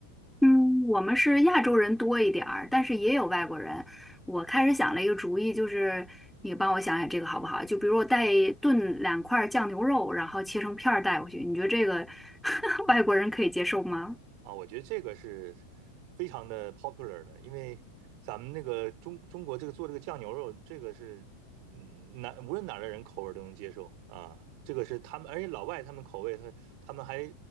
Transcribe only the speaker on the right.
啊，我觉得这个是非常的 popular 的，因为咱们那个中中国这个做这个酱牛肉，这个是嗯哪无论哪儿的人口味儿都能接受啊，这个是他们，而且老外他们口味他他们还